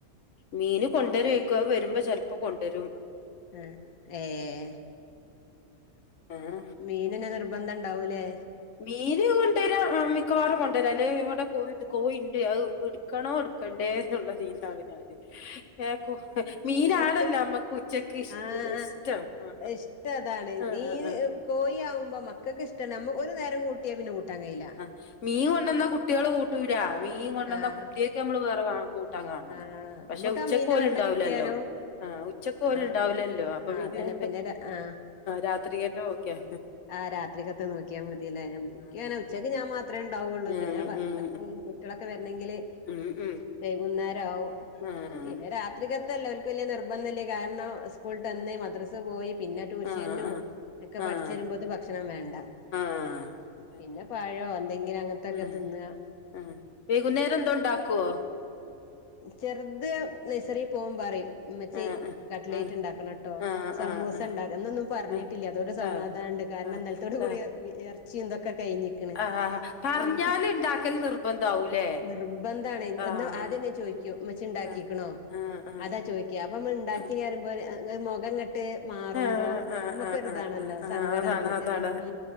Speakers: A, on the left; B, on the left.
A: മീന് കൊണ്ടുവരക്ക വരുമ്പോ ചിലപ്പോ കൊണ്ടരും
B: ആഹ് ഏഹ്
A: ആ ആ
B: മീനന നിർ നിർബന്ധം ഉണ്ടാവൂല്ലേ
A: മീൻ കൊണ്ടുവരാ മിക്കവാറും കൊണ്ടരാ അല്ല ഇവിടെ കോഴിണ്ട് എടുക്കണോ എടുക്കണ്ടേ എന്നുള്ളത് <unintelligible> മീനാടല്ലോ
B: എത്ത്
A: നമ്മക്ക് ഉച്ചക്ക്
B: ആഹ്
A: ഇഷ്ടം ആ
B: ഇഷ്ടം അതാണ്
A: ആ
B: നീ
A: ആ
B: കോഴി ആവുമ്പോ മക്ക ക് ഇഷ്ട ഒരു നേരം കൂട്ടിയ പിന്നെ കൂട്ടാ കഴയില്ല
A: ആഹ് മീൻ കൊണ്ടന്ന കുട്ടികള് കൂട്ടൂല മീൻ കൊണ്ടന്ന
B: ആഹ്
A: കുട്ടിയൊക്കെ നമ്മള് വ.. കൂട്ടാൻ കാണണ
B: ആ
A: പക്ഷെ
B: നമുക്ക്
A: ഉച്ചക്കോലും
B: ആ മീന്റെ വെള്ളം
A: ഉണ്ടാവലല്ലോ
B: കിട്ടിയാലും
A: ആഹ ഉച്ചക്ക് ഓല്
B: ആ
A: ഉണ്ടാവില്ലല്ലോ അപ്പൊ
B: ആ
A: പിന്നെ
B: അതന്നെ ര- ആ
A: രാത്രി കക് നോക്കി യാ മതി.
B: ആരാ രാത്രിക്കത്തെ നോക്കിയാൽ മതില്ലേ എനിക്ക്ങ്ങനെ
A: ആ
B: ഉച്ചക്ക് ഞാൻ മാത്ര ഉണ്ടാവുകയുള്ളൂ
A: ഉം
B: പിന്നെ ഭർത്താവും
A: ഉം
B: കുട്ടളൊക്കെ വരണെങ്കിൽ ങ്കില്
A: ഉം ഉം
B: വൈകുന്നേരം ആവും
A: ആഹ്
B: പിന്നെ രാത്രിക്ക അല്ല ഓല്ക്ക് വല്യ നിർബന്ധുല്ല കാരണം സ്കൂള് വിട്ട് വന്ന മദ്രസ് പോയി പിന്നെ ട്യൂഷനും
A: ആഹ്
B: ഒക്കെ
A: ആഹ്
B: പഠിച് വരുമ്പോത്ത് ഭക്ഷണം വേണ്ട.
A: ആഹ് ആഹ് അതന്നെ
B: പിന്നെ പഴോ എന്തെങ്കിലും അങ്ങനത്തൊക്കെ
A: ആഹ്
B: തിന്നുക
A: ആഹ് വൈകുന്നേരം എന്തോ ഉണ്ടാക്കുവോ
B: ചെറുത് നഴ്സറിൽ പോം പറയും ഉമ്മച്ചി
A: ആഹ്
B: കട്ട്ലേറ്റ്
A: ആഹ്
B: ഉണ്ടാക്കണംട്ടോ
A: ആഹ്
B: സമൂസ
A: ആഹ്
B: ഉണ്ടാക്ക് എന്നൊന്നും പറഞ്ഞിട്ടില്ല
A: ആഹ്
B: അതോണ്ട്‌ സമാധാനണ്ട്
A: ആഹ്
B: കാരണം
A: ആഹ് ആഹ്
B: ഇന്നലത്തോട് കൂടി
A: ആഹ്
B: ർ ക്ക കഴിഞ്ഞേക്ക്ണ്
A: ആഹ് ആഹ് പറഞ്ഞാല്
B: ഉം--നിർബന്ധം
A: ഇണ്ടാക്കൽ നിർബന്ധാവൂലേ ആഹ്
B: ആദ്യോന്നെ ചോദിക്കും ഉമ്മച്ചി ഇണ്ടാക്കിക്കണോ
A: ആഹ് ആഹ്
B: അതാ ചോദിക്ക ഇപ്പൊ മ്മള് ഇണ്ടാക്കലറിയുമ്പോ
A: ആഹ്
B: മുഖം മാറുമ്പോ
A: ആഹ് ആഹ്
B: നമ്മുക്കൊരിതാണല്ലോ
A: ആഹ് ആഹ് ആഹ് ആഹ്
B: സങ്കടണല്ലോ
A: അതാണ് അതാണ്
B: ചെറിയ ഉം